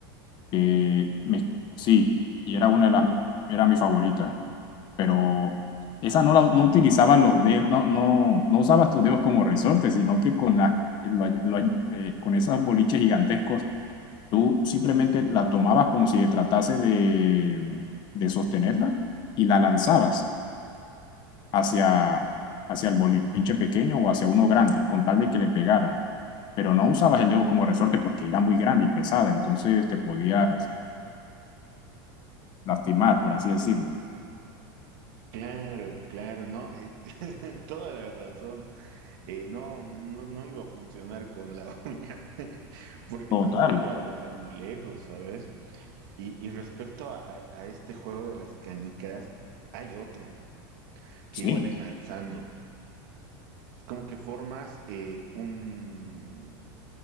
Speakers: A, on the left (about 40°); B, on the right (about 65°).
A: que me- sí, y era una de las, era mi favorita, pero esa no la no utilizaba los dedos, no, no, no usabas tus dedos como resortes, sino que con las lo- lo- eh, con esos boliches gigantescos, tú simplemente la tomabas como si tratase de, de sostenerla y la lanzabas hacia, hacia el boliche pequeño o hacia uno grande, con tal de que le pegara. Pero no usabas el dedo como resorte porque era muy grande y pesada, entonces te podías lastimar, por así decirlo.
B: Claro, claro, ¿no? Eh, <laughs> toda la razón. Eh, no, no, no iba a funcionar con la <laughs> uña, porque
A: Total,
B: tampoco iba a viajar muy lejos, ¿sabes? Y, y respecto a, a- a este juego de las canicas, hay otro que
A: sí.
B: igual es lanzando. Es como que formas eh, un,